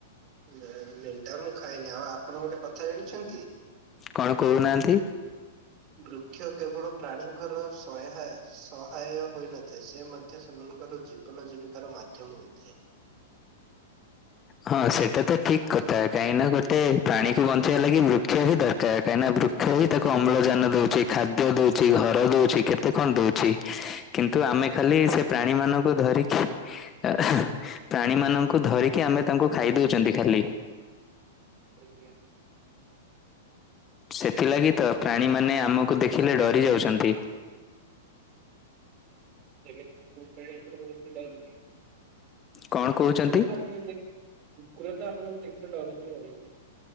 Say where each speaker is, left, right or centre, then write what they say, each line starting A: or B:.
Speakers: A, on the right; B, on the left.
A: ନାଇଁ ମେଣ୍ଢା ମୁଁ ଖାଇନି ଆଉ ଆପଣ ଗୋଟେ କଥା ଜାଣିଛନ୍ତି?
B: କଣ କହୁନାହାନ୍ତି?
A: ବୃକ୍ଷ କେବଳ ପ୍ରାଣୀଙ୍କର ସହା ସହାୟ ହୋଇନଥାଏ ସେ ମଧ୍ୟ ସେମାନଙ୍କର ଜୀବ ଜୀବନ ଜୀବିକାର ମାଧ୍ୟମ ହୋଇଥାଏ।
B: ହଁ ସେଇଟା ତ ଠିକ କଥା କାହିଁକି ନା ଗୋଟେ ପ୍ରାଣୀକୁ ବଞ୍ଚେଇବା ଲାଗି ବୃକ୍ଷ ହିଁ ଦରକାର କାହିଁକିନା ବୃକ୍ଷ କ୍ଷ ତାକୁ ଅମ୍ଳଜାନ ଦଉଚି ଖାଦ୍ୟ ଦଉଚି ଘର ଦଉଚି କେତେ କଣ ଦଉଚି। କିନ୍ତୁ ଆମେ ଖାଲି ସେ ପ୍ରାଣୀ ମାନଙ୍କୁ ଧରିକି ପ୍ରାଣୀ ମାନଙ୍କୁ ଧରିକି ଆମେ ତାଙ୍କୁ ଖାଇ ଦଉଛନ୍ତି ଖାଲି।
A: ଆଜ୍ଞା।
B: ସେଥିଲାଗି
A: କଣ କରିବା
B: ତ
A: ଆଉ
B: ପ୍ରାଣୀମାନେ ଆମକୁ ଦେଖିଲେ ଡରି ଯାଉଛନ୍ତି।
A: ଯେମିତିକି। <unintelligible> ଏ ବାାରୁଛି। <unintelligible>
B: କଣ କହୁଛନ୍ତି?
A: କୁକୁର ତ ଆପଣ ଦେଖ କୁକୁର ତ ଆପଣଙ୍କୁ ଦେଖିଲେ ଡରଛ <unintelligible>